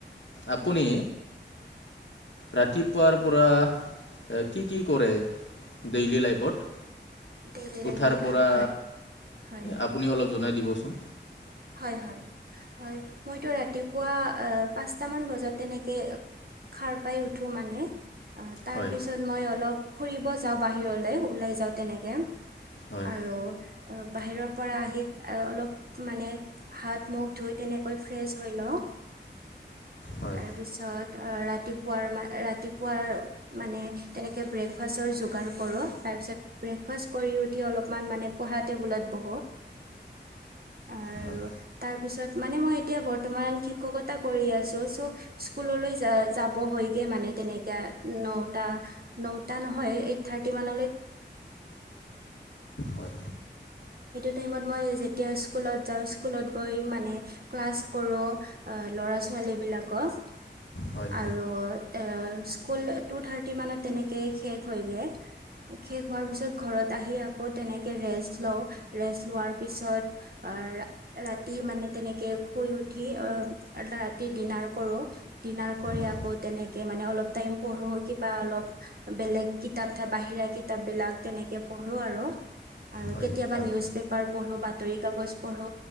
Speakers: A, on the left; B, on the right.
A: আপুনি? ৰাতিপুৱাৰ পৰা কি, কি, কৰে ডেইলী লাইফত
B: <unintelligible>
A: উঠাৰ পৰা
B: হয়
A: আপুনি অপ জনাই দিবচোন
B: হয়, হয়, হয়, মইতো ৰাতিপুৱা পাঁচটামান বজাত তেনেকৈ খাৰ পাই উঠো মানে অ', তাৰ
A: হয়
B: পিছত মই অলপ ফুৰিব যাওঁ বাহিৰলে ওলাই যাওঁ তেনেকে
A: হয়
B: আৰু বাহিৰৰ পৰা আহি অলপ মানে হাত মুখ ধুই তেনেকৈ ফ্ৰেছ হৈ লওঁ
A: হয়
B: তাৰপিছত অ', ৰাতিপুৱাৰ ম ৰাতিপুৱাৰ মানে তেনেকে ব্ৰেকফাষ্টৰ যোগাৰ কৰো তাৰিছত, ব্ৰেকাষ্ট কৰি উঠি অলপ মানে পঢ়া টেবুলতো আৰু
A: হয়
B: তাৰ পিছত মানে, মই এতিয়া বৰ্তমান শিক্ষকতা কৰি আছো স্কুললৈ যাব হয়গে মানে, তেনে ন ন নহয় এই থাৰ্টি মান
A: হয়
B: তে <unintelligible> স্কুলত গৈ মানে ক্লাছ কৰোঁ ল'ৰা ছোৱালী বিলাকক
A: হয়
B: আৰু এ স্কুল টু থাৰ্টি মানত তেনেকেই শেষ হৈগৈ শেষ হোৱাৰ পিছত ঘৰত আহি আকৌ তেনেকে ৰেষ্ট লওঁ ৰেষ্ট লোৱাৰ পিছত আৰু ৰাতি মানে তেনেকে শুই উঠি অ, ৰাতি ডিনাৰ কৰো, ডিনাৰ কৰি
A: হয়
B: আকৌ তেনেকে মানে অলপ টাইম পঢ়ো কিবা অলপ বেলেগ কিতাপ থ বাহিৰা কিতাপ বিলাক তেনেকে পঢ়ো আৰু, আৰু
A: হয়
B: কেতিয়াবা
A: ভাল
B: নিউজ পেপাৰ পঢ়ো বা কাগজ পঢো